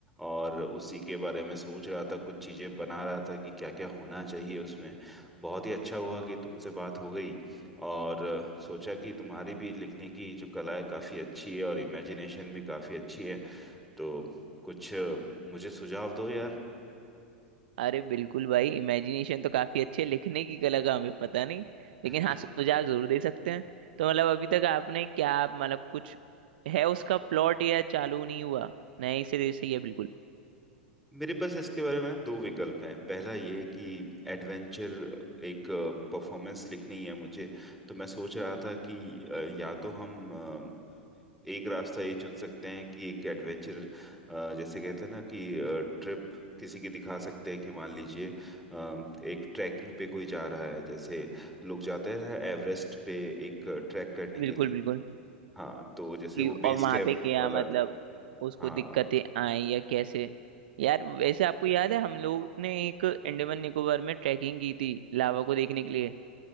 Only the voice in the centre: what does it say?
और उसी के बारे में सोच रहा था कुछ चीजें बना रहा था कि क्या क्या होना चाहिए उसमें बहुत ही अच्छा हुआ कि तुमसे बात हो गई और अ, सोचा कि तुम्हारी भी लिखने की जो कला है काफी अच्छी है और इमेजिनेशन भी काफी अच्छी है तो कुछ अ, मुझे सुझाव दो यार
<laughs>
मेरे पास इसके बारे में ना दो विकल्प हैं पहला ये कि एडवेंचर एक परफॉर्मेंस लिखनी है मुझे तो मैं सोच रहा था कि अ, या तो हम अ, एक रास्ता ये चुन सकते हैं कि एक एडवेंचर जैसे कहते हैं ना कि ट्रिप किसी की दिखा सकते हैं कि मान लीजिए अ, एक ट्रैकिंग पे कोई जा रहा है जैसे लोग जाते हैं एवरेस्ट पे एक ट्रैक करने के
लिए
हाँ तो जैसे
वो
बेस
कैंप
वाला
जो
हाँ